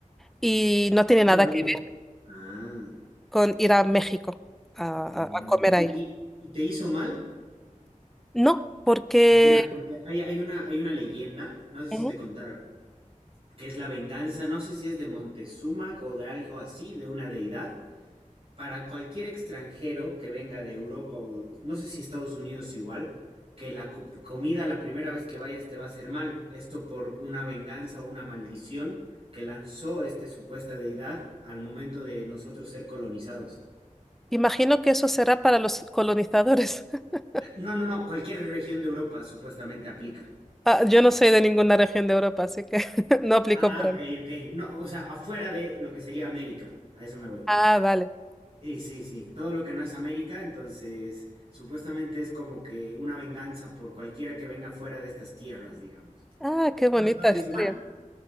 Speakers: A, in the centre; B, on the right (about 45°).
A: y no tiene
B: no
A: nada
B: es lo
A: que
B: mismo.
A: ver
B: Ah,
A: con ir a México a,
B: mm,
A: a- a comer
B: ¿y,
A: ahí.
B: y, y te hizo mal?
A: No, porque...
B: Pues Mira, porque hay, hay una, hay una leyenda, no sé si
A: Ujú.
B: te contaron, que es la venganza, no sé si es de Montezuma o de algo así, de una deidad, para cualquier extranjero que venga de Europa o no sé si Estados Unidos igual, que la co- comida la primera vez que vayas te va a hacer mal. Esto por una venganza o una maldición que lanzó esta supuesta deidad al momento de nosotros ser colonizados.
A: Imagino que eso será para los colonizadores. <laughs>
B: Eh, No, no, no, cualquier región de Europa supuestamente aplica.
A: Ah, yo no soy de ninguna región de Europa, así que <laughs> no aplico
B: Ah,
A: para
B: ok,
A: mí.
B: ok. No, o sea, afuera de lo que sería América. A eso me voy.
A: Ah, vale.
B: Sí, sí, sí. Todo lo que no es América, entonces supuestamente es como que una venganza por cualquiera que venga fuera de estas tierras, digamos.
A: Ah, qué bonita
B: ¿No, no te
A: historia.
B: hizo mal?